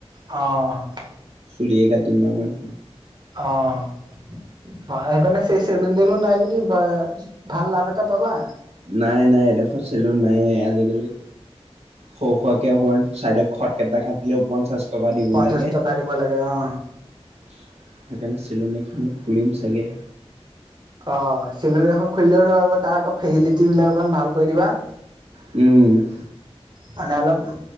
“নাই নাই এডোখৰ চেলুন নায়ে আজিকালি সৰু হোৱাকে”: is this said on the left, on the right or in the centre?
Right